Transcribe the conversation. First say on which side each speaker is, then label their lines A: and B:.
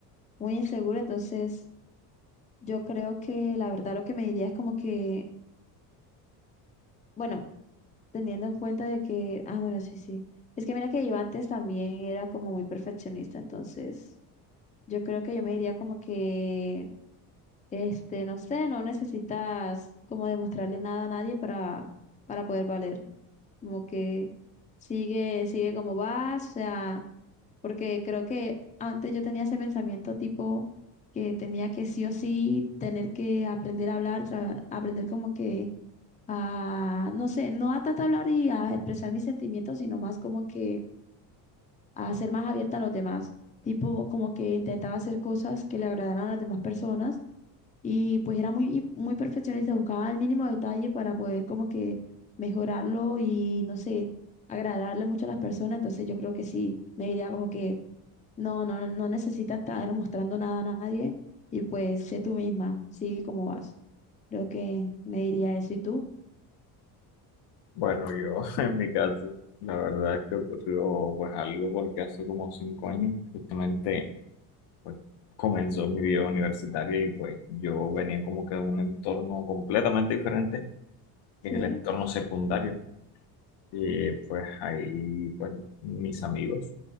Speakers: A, on the left; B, on the left.
A: muy insegura. Entonces, yo creo que la verdad lo que me diría es como que, bueno, teniendo en cuenta de que, ah, bueno, sí, sí. Es que mira que yo antes también era como muy perfeccionista. Entonces, yo creo que yo me diría como que, este, no sé, no necesitas como demostrarle nada a nadie para, para poder valer. Como que sigue, sigue como vas, o sea. porque creo que antes yo tenía ese pensamiento tipo que tenía que sí o sí tener que aprender a hablar, tra- aprender como que a, no sé, no a tanto hablar y a expresar mis sentimientos, sino más como que a ser más abierta a los demás. Tipo como que intentaba hacer cosas que le agradaran a las demás personas y pues era muy, y muy perfeccionista, buscaba el mínimo detalle para poder como que mejorarlo y no sé, agradarle mucho a las personas. Entonces yo creo que sí, me diría como que no, no, no necesitas estar mostrando nada a nadie y pues sé tú misma, sigue como vas. Creo que me diría eso. ¿Y tú?
B: Bueno, yo <laughs> en mi caso, la verdad es que ocurrió pues algo porque hace como cinco años justamente pues comenzó mi vida universitaria y pues yo venía como que de un entorno completamente diferente que es
A: Sí,
B: el entorno secundario. Y pues ahí, pues mis amigos